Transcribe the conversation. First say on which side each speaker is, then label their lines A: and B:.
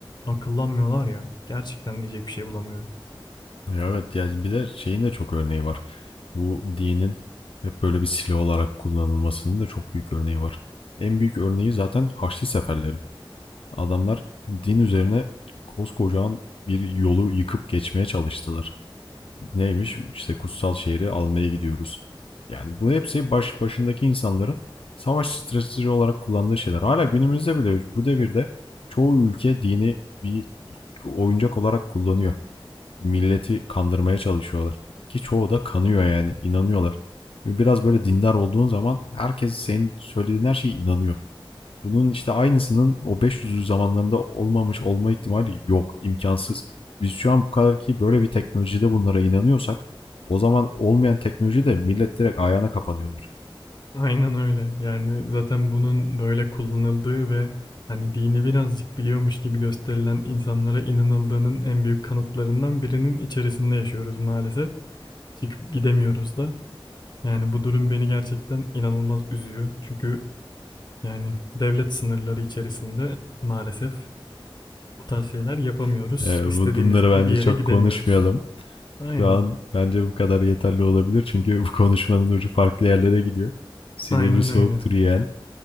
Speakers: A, on the left; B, on the left.
A: akıllanmıyorlar ya. Gerçekten diyecek bir şey bulamıyorum.
B: Evet yani bir de şeyin de çok örneği var. Bu dinin hep böyle bir silah olarak kullanılmasının da çok büyük örneği var. En büyük örneği zaten Haçlı Seferleri. Adamlar din üzerine koskocaman bir yolu yıkıp geçmeye çalıştılar. Neymiş? İşte kutsal şehri almaya gidiyoruz. Yani bu hepsi baş başındaki insanların savaş stratejisi olarak kullandığı şeyler. Hala günümüzde bile bu devirde çoğu ülke dini bir oyuncak olarak kullanıyor. Milleti kandırmaya çalışıyorlar. Ki çoğu da kanıyor yani inanıyorlar. Çünkü biraz böyle dindar olduğun zaman herkes senin söylediğin her şeye inanıyor. Bunun işte aynısının o 500'lü zamanlarında olmamış olma ihtimali yok. imkansız. Biz şu an bu kadar ki böyle bir teknolojide bunlara inanıyorsak o zaman olmayan teknoloji de millet direkt ayağına kapanıyordur.
A: Aynen öyle. Yani zaten bunun böyle kullanıldığı ve hani dini birazcık biliyormuş gibi gösterilen insanlara inanıldığının en büyük kanıtlarından birinin içerisinde yaşıyoruz maalesef. Çıkıp gidemiyoruz da. Yani bu durum beni gerçekten inanılmaz üzüyor. Çünkü yani devlet sınırları içerisinde maalesef bu tarz şeyler yapamıyoruz.
B: <laughs> bu-
A: İstediğimiz
B: Bunları
A: gibi
B: bence
A: bir yere
B: çok
A: gidemiyoruz.
B: konuşmayalım.
A: Aynen.
B: Şu an bence bu kadar yeterli olabilir. Çünkü bu konuşmanın ucu farklı yerlere gidiyor. Silivri
A: Aynen
B: soğuktur
A: öyle.
B: yeğen.